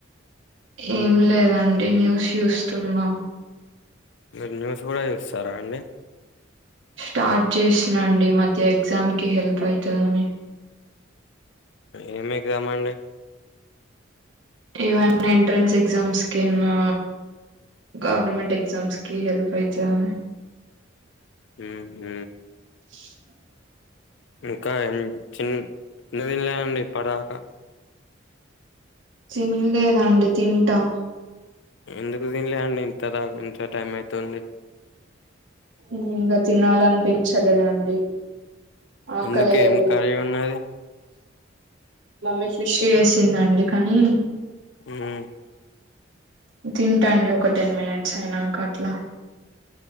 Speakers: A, on the right (about 70°); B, on the left (about 65°).
A: ఏం లేదండి న్యూస్ చూస్తున్నాం.
B: మీరు న్యూస్ కూడా చూస్తారా అండి.
A: స్టార్ట్ చేసినండి మధ్య ఎగ్జామ్ కి హెల్ప్ అతుందిని.
B: ఏమై ఎగ్జామ్ ఆండీ.
A: ఈవన్ ఎంట్రెన్స్ ఎగ్జామ్స్ కిన్నా. గవర్నమెంట్ ఎగ్జామ్స్ కి హెల్ప్ అయితధని.
B: హు హు
A: <unintelligible>
B: ఇంకా చి చిన్నదిన్లే అండి ఇప్పటిదాకా <unintelligible>
A: తినలేదండి తింటా.
B: ఎందుకు తినిలే అండి ఇంత దా ఇంత టైం అయితేంది.
A: ఇంగా తినాలనిపించలేదండి ఆకలియలేదు.
B: ఎందుకు ఏం కర్రీ ఉన్నది
A: మమ్మీ ఫిష్ చేసిందండి కానీ.
B: ఉ <unintelligible>
A: తింటండి ఒక టెన్ మినిట్స్ అయినాక అట్లా.